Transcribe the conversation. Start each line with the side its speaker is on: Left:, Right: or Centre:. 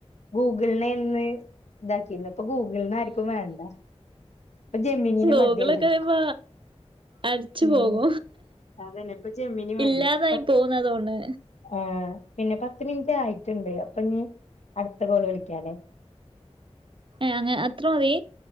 Left: ഗൂഗിളിനെ എന്ന് ഇതാക്കിരുന്നത് ഇപ്പൊ ഗൂഗിളിനെ ആർക്കും വേണ്ട. ഇപ്പൊ ജെമിനിനെ
Right: ഗുഗിൾളൊക്കെപ്പ
Left: മതിയല്ലേ
Right: അടിച്ചു
Left: ഉം
Right: പോകും
Left: അതന്നെ ഇപ്പൊ ജെമ്മിനി മതി
Right: ഇല്ലാതായി
Left: പ
Right: പോകുന്നതോണ്
Left: ആഹ. പിന്നെ പത്ത് മിനിറ്റ് ആയിട്ടുണ്ട് അപ്പോ ഇനി അടുത്ത കോൾ വിളിക്കാലേ?
Right: ഏ അങ്ങ അത്ര മതി